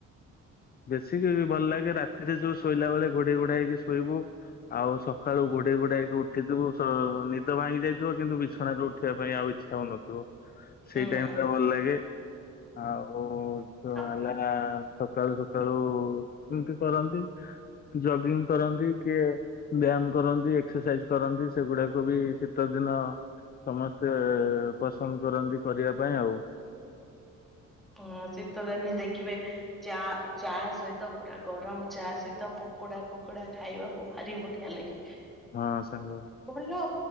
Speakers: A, on the left; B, in the centre.
A: ବେଶ ଆସିକି ବି ଭଲ ଲାଗେ ରାତିରେ ଯୋଉ ଶୋଇଲା ବେଳେ ଘୋଡେଇ ଘୋଡା ହେକି ଶୋଇବୁ ଆଉ ସ ସକାଳୁ ଘୋଡେଇ ଘୋଡେଇକି ଉଠିଥିବୁ ସ ନିଦ ଭାଙ୍ଗି ଯାଇଥିବ କିନ୍ତୁ ବିଛଣାରେ ଉଠିବା ଆଉ ଇଚ୍ଛା ହଉନଥିବ ସେଇ
B: ହୁଁ
A: ଟାଇମ ଟା ଭଲ ଲାଗେ ଆଉ ଯଉ
B: ଆଉ
A: ହେଲା ସକାଳୁ ସକାଳୁ ଏମିତି କରନ୍ତି ଜଗିଙ୍ଗ କରନ୍ତି କିଏ ବ୍ୟାୟାମ କରନ୍ତି ଏକ୍ସରସାଇଜ କରନ୍ତି ସେଗୁଡାକୁ ବି ଶୀତ ଦିନ ସମସ୍ତେ ପସନ୍ଦ କରନ୍ତି କରିବା ପାଇଁ ଆଉ
B: ହଁ ଶୀତ ଦିନ ଦେଖିବେ ଚା ଚା ସହିତ ପୁରା ଗରମ ଚା ସହିତ ପକୁଡା ଫକୁଡା ଖାଇବାକୁ ଭାରି ବଢିଆ ଲାଗେ।
A: ହଁ ସାଙ୍ଗ
B: ବଢିଆ